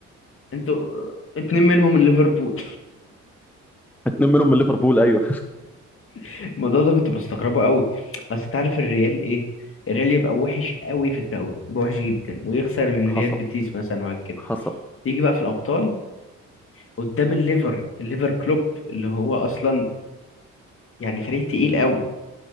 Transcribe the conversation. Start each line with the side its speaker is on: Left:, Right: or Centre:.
Left: انتوا اتنين منهم من ليفربول
Centre: اتنين منهم من ليفربول ايوه
Left: <laughs> الموضوع ده كنت بستغربه قوي بس تعرف الريال ايه الريال يبقى وحش قوي في الدوري يبقى وحش جدا ويخسر من
Centre: حصل
Left: ريال بيتيس مثلا وهكذا
Centre: حصل
Left: يجي بقى في الابطال قدام الليفر الليفر كلوب اللي هو اصلا يعني فريق تقيل قوي